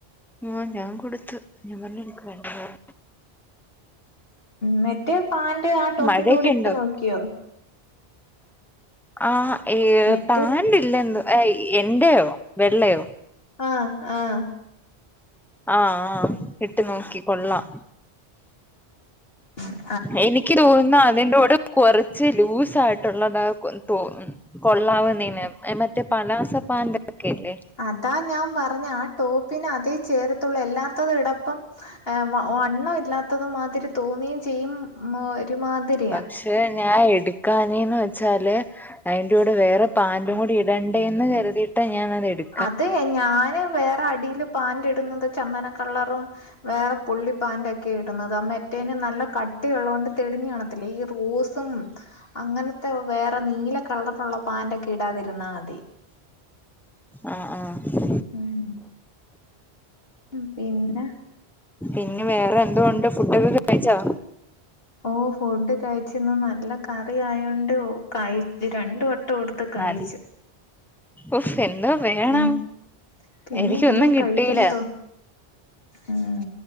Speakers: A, in the centre; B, on the left.
A: ആഹ് ഞാ കൊട്ത്ത് ഞാ പറഞ്ഞ് ഇന്ക്ക് വേണ്ടാ പറ
B: മറ്റേ പാന്റ് ആ ടോപ്പിന്റൂടെ
A: മഴയൊക്കെ
B: ഇട്ട്
A: ഉണ്ടോ
B: നോക്ക്യോ?
A: ആഹ്
B: മറ്റേ
A: പാൻ്റില്ലെന്ന് എന്റെയോ വെള്ളയോ?
B: ആഹ് ആഹ്.
A: ആഹ് ആഹ് ഇട്ട് നോക്കി കൊള്ളാം.
B: ഉ
A: എനിക്ക് തോന്നുന്നു അതിന്റോട് കൊറച്ച് ലൂസ് ആയിട്ടുള്ളതാ അയ് ക്കും തോന്ന് കൊള്ളാവുന്നേനേ മറ്റേ പലാസ പാൻ്റൊക്കെയ്ല്ലേ
B: അതാ ഞാൻ പറഞ്ഞേ ആ ടോപ്പിനതേ ചേരത്തൊള്ള് എല്ലാത്തതെടപ്പം വണ്ണം ഇല്ലാത്തതു മാതിരി തോന്നേയ് ചെയ്യും ഒരുമാതിരി
A: പക്ഷെ ഞാ എടുക്കാഞ്ഞേന്ന് വെച്ചാല് അയ്ന്റെ കൂടെ വേറെ പാന്റും കൂടി ഇടണ്ടേന്ന് കര്തിയിട്ടാ ഞാനത് എട്
B: അത് ഞാന് വേറെ അടീല് പാന്റ്ട്ന്നത് ചന്ദന കളറും വേറെ പുള്ളി പാൻ്റൊക്കെ ഇടുന്നത് ആ മെറ്റേനെ നല്ല കട്ടിയൊള്ളോണ്ട് തെളിഞ്ഞ് കാണത്തില്ലേ ഈ റോസ് അങ്ങനത്തെ വേറെ നീല കളറൊക്കെള്ള പാൻ്റൊക്കെ ഇടാതിര്ന്നാ മതി.
A: ആഹ് ആഹ്
B: ഉം ഉം പിന്ന
A: പിന്നെ വേറെ എന്തോണ്ട് ഫുഡൊക്കെ കഴിച്ചോ?
B: ഓഹ് ഫുഡ് കഴിച്ചിന്ന് നല്ല കറിയായോണ്ട് കഴി രണ്ട് വട്ടം ട്ട് കൊട്ത്ത് കഴിച്ച്
A: നല്ല ഉഫ് എന്തോ വേണം
B: പിൻ പിന്നേം
A: എനിക്കൊന്നും
B: പിന്നേം
A: കിട്ടീലാ
B: കഴിക്കാൻ തോ ഉം